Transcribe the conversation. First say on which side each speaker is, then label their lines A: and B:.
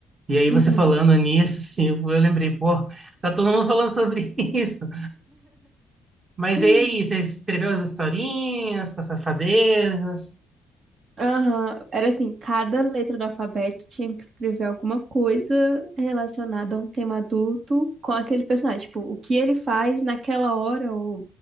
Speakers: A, on the right; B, on the right.
A: E aí,
B: Uhum.
A: você falando nisso, assim, eu lembrei, pô, tá todo mundo falando sobre <laughs> isso. Mas
B: <laughs>
A: e aí, você escreveu as historinhas com as safadezas?
B: Aham, Era assim, cada letra do alfabeto tinha que escrever alguma coisa relacionada a um tema adulto com aquele personagem. Tipo, o que ele faz naquela hora, ou